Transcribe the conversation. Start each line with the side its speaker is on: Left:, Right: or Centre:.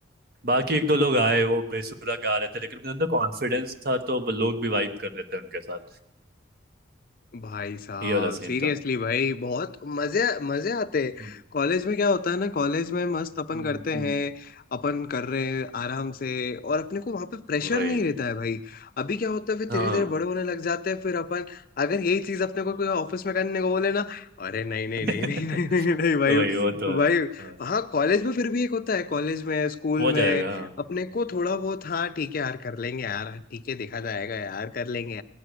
Right: बाकी एक दो लोग आए वो बेसुरा गा रहे थे लेकिन उनके अंदर कॉन्फिडेंस था तो वो लोग भी वाइब कर रहे थे उनके साथ
Left: भाई साहब
Right: ये वाला सीन
Left: सीरियसली
Right: था
Left: भाई बहुत मजे मजे आते हैं
Right: हम्म,
Left: कॉलेज में क्या होता है ना कॉलेज में मस्त अपन
Right: हम्म,
Left: करते
Right: हम्म, हम्म,
Left: हैं अपन कर रहे हैं आराम से और अपने को वहां पे प्रेशर
Right: वही
Left: नहीं रहता है भाई अभी क्या होता है फिर
Right: हाँ
Left: धीरे धीरे बड़े होने लग जाते हैं फिर अपन अगर यही चीज अपने को कोई ऑफिस में करने को बोले ना अरे नहीं नहीं
Right: <laughs>
Left: नहीं नहीं नहीं
Right: तो
Left: नहीं, नहीं भाई
Right: वही वो तो है
Left: भाई
Right: हाँ
Left: हाँ कॉलेज में फिर भी एक होता है कॉलेज में स्कूल
Right: हो
Left: में
Right: जाएगा हाँ
Left: अपने को थोड़ा बहुत हाँ ठीक है यार कर लेंगे यार ठीक है देखा जाएगा यार कर लेंगे